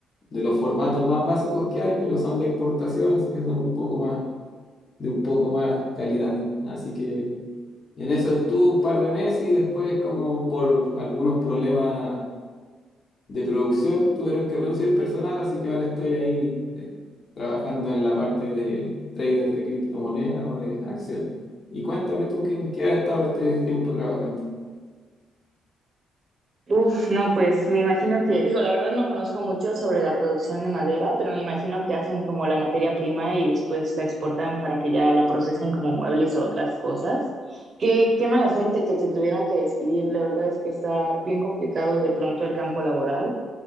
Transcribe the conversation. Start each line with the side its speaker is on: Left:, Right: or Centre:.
Left: de los formatos más básicos que hay, pero son de exportación, así que son un poco más de un poco más calidad. Así que en eso estuve un par de meses y después, como por algunos problemas de producción, tuvieron que reducir personal, así que ahora estoy ahí eh, trabajando en la parte de trader de criptomonedas o de acciones. Y cuéntame tú, ¿qué- ¿en qué has estado este tiempo trabajando?
Right: Uf, no, pues me imagino que, digo, la verdad no conozco mucho sobre la producción de madera, pero me imagino que hacen como la materia prima y después la exportan para que ya la procesen como muebles o otras cosas. Qué, qué mala suerte que te tuvieron que despedir. La verdad es que está bien complicado de pronto el campo laboral.